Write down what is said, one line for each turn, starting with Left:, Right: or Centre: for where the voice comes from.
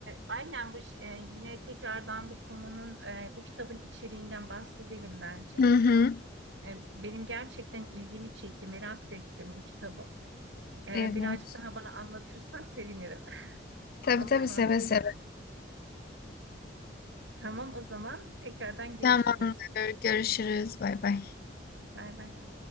Right: aynen bu ş- e, yine tekrardan bu konunun, e, bu kitabın içeriğinden bahsedelim bence.
Left: Hı hı.
Right: E, benim gerçekten ilgimi çekti, merak da ettim bu kitabı. E,
Left: Evet.
Right: birazcık daha bana anlatırsan sevinirim. <laughs>
Left: Tabii
Right: Olur
Left: tabii
Right: mu?
Left: seve seve.
Right: Tamam, o zaman tekrardan görüşürüz.
Left: Tamamdır. Görüşürüz. Bay bay.
Right: Bay bay.